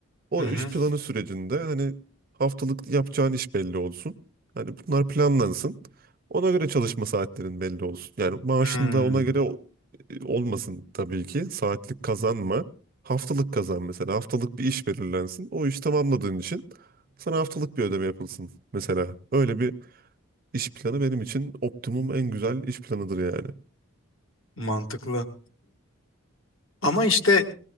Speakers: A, on the right; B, on the left.
A: O
B: Hı hı.
A: iş planı sürecinde hani haftalık yapacağın iş belli olsun. Hani bunlar planlansın. Ona göre çalışma saatlerin belli olsun. Yani maaşın
B: Hmm,
A: da ona göre o- e, olmasın tabii ki. Saatlik kazanma. Haftalık kazan mesela. Haftalık bir iş belirlensin. O iş tamamladığın için sana haftalık bir ödeme yapılsın mesela. Öyle bir iş planı benim için optimum en güzel iş planıdır yani.
B: mantıklı. <clears throat> Ama işte